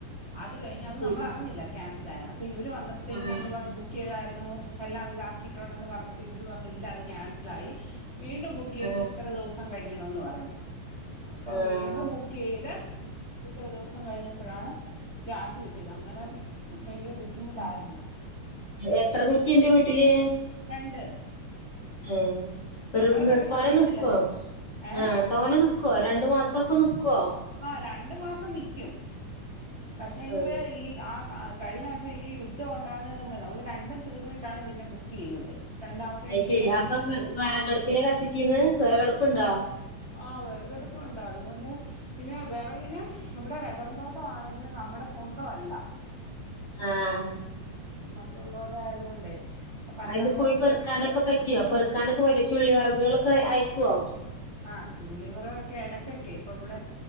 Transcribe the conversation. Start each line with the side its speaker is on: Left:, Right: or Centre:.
Right: അത് കഴിഞ് അത്
Left: ശരി
Right: നമ്മളറിഞ്ഞില്ല ക്യാൻസൽ ആ അപ്പോ ഇവര് വന്നപ്പോഴത്തേക്ക്
Left: ആഹ്
Right: ഞങ്ങള് പറഞ് ബുക്ക് ചെയ്തായിരുന്നു എല്ലാം ഇതാക്കിയിട്ടുണ്ടെന്ന് പറഞ്ഞപ്പോൾ ഇവർ പറഞ്ഞു ഇല്ല അതു ക്യാൻസൽ - മനസ്സിലായി വീണ്ടും ബുക്ക് ചെയ്ത്
Left: ആഹ്
Right: ഇത്ര ദിവസം കഴിയണംന്ന് പറഞ്ഞു അപ്പൊ
Left: ആഹ്
Right: വീണ്ടും ബുക്ക് ചെയ്ത്- ഇത്ര ദിവസം കഴിഞ്ഞപ്പോഴാണ് ഗ്യാസ് കിട്ടിയത് അങ്ങനെ ഭയങ്കര ബുദ്ധിമുട്ടായിരുന്നു
Left: ഉം എത്ര കുറ്റിണ്ട് വീട്ടില്
Right: രണ്ട്
Left: ഏഹ് ഒരൂന്ന്
Right: നമ്മൾ പെട്ടെന്ന്
Left: ക്കോനെ
Right: അറിയുന്നില്ലല്ലോ
Left: നിക്കൊ.
Right: ഏ
Left: ആഹ് തോനെ നിക്കോ രണ്ടുമാസൊക്കെ നിക്കോ
Right: ആഹ് രണ്ടു മാസം നിക്ക്യും. പക്ഷേങ്കില്
Left: ആഹ്
Right: ഈ ആഹ് ആ കഴിഞ്ഞ വട്ടം ഈ യുദ്ധം ഉണ്ടാകുന്നെ മുമ്പ് നമ്മള് രണ്ടും തീർന്നിട്ടാണ് പിന്നെ ബുക്ക് ചെയ്യുന്നത് രണ്ടാമത്തെ
Left: അയ്
Right: തീരുമ്പോഴാണ്
Left: ശരി അപ്പൊ
Right: ബുക്ക് ചെയ്യുന്നത്
Left: വിറകടുപ്പില കത്തിച്ചീന്ന് വിറകടുപ്പുണ്ടോ
Right: ആ വിറകടുപ്പുണ്ട് അതുകൊണ്ട് പിന്നെ വിറകിന് ഇവിടെ റബറിൻ തോട്ടമാണെങ്കിലും നമ്മുടെ സ്വന്ത അല്ല
Left: ആഹ്
Right: അപ്പം മറ്റ ള്ളൊരുടെ ആയതുകൊണ്ടേ അപ്പൊ പറക്കാൻ
Left: അതിന്ന് പോയി
Right: പോകുമ്പോൾ
Left: പെറുക്കാനൊക്കെ പറ്റുവോ പെറുക്കനൊക്കെ പറ്റോ ചുള്ളി വെറകുകൾ അയക്കോ
Right: ആഹ ചുള്ളിവെറൊക്കെ ഇടക്കക്കെ ഇപ്പൊ ഇവിടെ